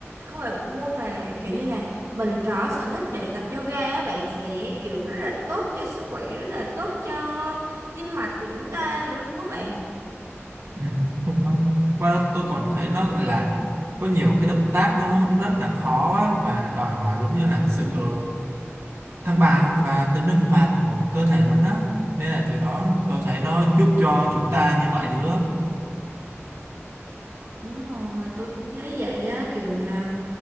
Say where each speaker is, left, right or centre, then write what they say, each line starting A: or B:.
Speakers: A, on the right; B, on the right.
A: Không phải bộ môn mà là kiểu như là mình có sở thích để tập yoga á, bạn sẽ kiểu rất là tốt cho sức khỏe, rất là tốt cho tim mạch của chúng ta này luôn á bạn.
B: Ừ, đúng rồi đó. Qua đó tôi còn thấy nó gọi là có nhiều cái động tác nó rất là khó á, và đòi hỏi giống như là sự ờ, thăng bằng và tính linh hoạt của cơ thể mình á nên là từ đó tôi thấy nó giúp cho chúng ta như vậy nữa
A: Đúng rồi, tôi cũng thấy vậy á, kiểu là